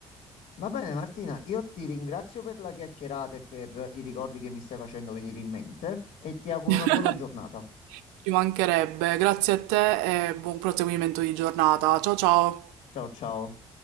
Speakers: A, on the left (about 65°); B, on the right (about 85°).
A: Va bene, Martina, io ti ringrazio per la chiacchierata e per i ricordi che mi stai facendo venire in mente e ti auguro
B: <laughs> Ci
A: una buona giornata.
B: mancherebbe. Grazie a te e buon proseguimento di giornata. Ciao ciao.
A: Ciao, ciao.